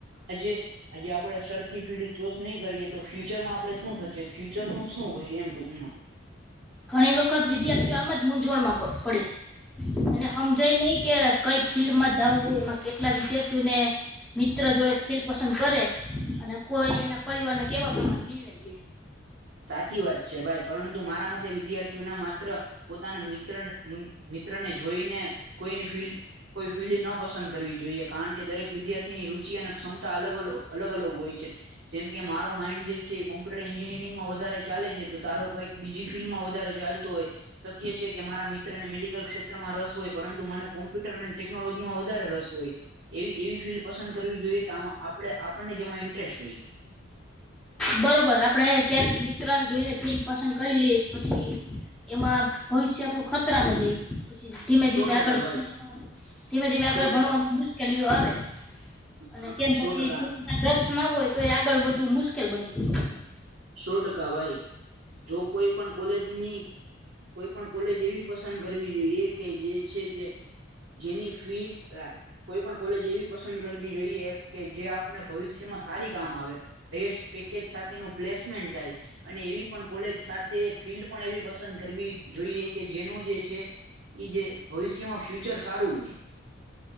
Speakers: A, on the right; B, in the centre.
A: આજે. આજે આપડે સરખી ફિલ્ડ ચૂસ નહી કરીએ તો ફ્યુચરમાં આપડે શું થશે ફ્યુચર નું શું થશે એમ ટૂંકમાં.
B: ઘણી વખત વિદ્યાર્થીઓ આમ જ મૂઝવણમાં પડે. એને હમજાય નહી કે કઈ ફિલ્ડમાં જાવું એમાં કેટલા વિદ્યાર્થીઓને. મિત્ર જો એ ફિલ્ડ પસંદ કરે અને કોઈ એના પરિવારને કેવા પ્રમાણે નિર્ણય લે.
A: સાચી વાત છે ભાઈ પરંતુ મારા મતે વિદ્યાર્થીઓ ના માત્ર. પોતાના મિત્ર મિત્રને જોઈને કોઈની ફિલ્ડ. કોઈ ફિલ્ડ ન પસંદ કરવી જોઈએ કારણ કે દરેક વિદ્યાર્થીની રુચિ અને ક્ષમતા અલગ અ અલગ અલગ હોય છે. જેમ કે મારો માઇન્ડ જે છે કોમ્પ્યુટર એન્જિનિયર. માં વધારે ચાલે છે તો તારો કઈક બીજી ફિલ્ડ માં વધારે ચાલતો હોય. શક્ય છે કે મારા મિત્રને મેડિકલ ક્ષેત્રમાં રસ હોય પરંતુ મને કોમ્પ્યુટર અને ટેક. નોલોજી માં વધારે રસ હોય. એવી એવી ફિલ્ડ પસંદ કરવી જોઈએ કે આમાં આપડે આપણને જેમાં ઇન્ટરેસ્ટ હોય.
B: બરોબર આપણે ક્યારેક મિત્રને જોઈને ફીલ પસંદ કરી લઈએ પછી. એમાં ભવિષ્ય આપડું ખતરામાં જાય પછી ધીમે
A: સો
B: ધીમે
A: ટકા
B: આગળ
A: ભાઈ
B: ભણવામાં. ધીમે ધીમે આગળ
A: સો ટકા
B: ભણવામાં મુશ્કેલીઓ આવે અને
A: હા
B: કેમ
A: સો
B: પછી.
A: ટકા
B: રસ ના હોય તો એ આગળ વધુ મુશ્કેલ બની જાય.
A: સો ટકા ભાઈ જો કોઈ પણ કોલેજની કોઈ પણ કોલેજ એવી. પસંદ કરવી જોઈએ કે જે છે જે. જેની ફીસ અલા કોઈ પણ કોલેજ એવી પસંદ. કરવી જોઈએ કે જે આપણે ભવિષ્યમાં સારી કામ આવે હાઈસ્ટ પેકેજ સાથે નુ. પ્લેસમેન્ટ થાય અને એવી પણ કોલેજ સાથે ફિલ્ડ પણ એવી પસંદ કરવી. જોઈએ કે જેનું જે છે એ જે ભવિષ્યમાં ફ્યુચર સારું હોય.